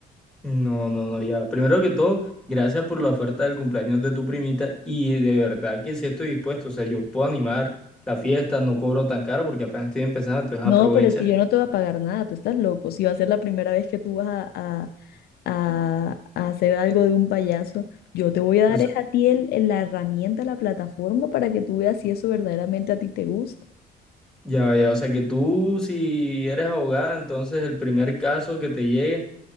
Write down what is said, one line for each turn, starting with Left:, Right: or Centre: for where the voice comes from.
Centre: No, no, no, ya. Primero que todo, gracias por la oferta del cumpleaños de tu primita y de verdad que sí estoy dispuesto, o sea, yo puedo animar la fiesta, no cobro tan caro porque apenas estoy empezando, entonces
Left: No,
Centre: aprovecha.
Left: pero es que yo no te voy a pagar nada, tú estás loco. Si va a ser la primera vez que tú vas a, a- a, a hacer algo de un payaso, yo te voy a
Centre: Pues,
Left: dar es a ti el, el- la herramienta, la plataforma para que tú veas si eso verdaderamente a ti te gusta.
Centre: ya, ya, o sea, que tú si eres abogada, entonces el primer caso que te llegue,